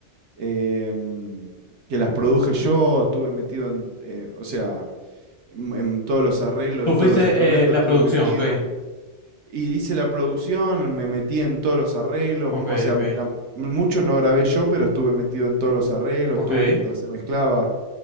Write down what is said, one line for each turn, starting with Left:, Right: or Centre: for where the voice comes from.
Right: em, que las produje yo, estuve metido en, eh, o sea... en, en todos los arreglos
Left: Tú
Right: de todos
Left: fuiste
Right: los instrumentos,
Left: eh, la
Right: estuve
Left: producción,
Right: metido.
Left: ok.
Right: Y hice la producción, me metí en todos los arreglos,
Left: Ok,
Right: o sea,
Left: ok.
Right: la- mucho no grabé yo, pero estuve metido en todos los arreglos,
Left: Ok.
Right: estuve
Left: Eres
Right: mientras se mezclaba.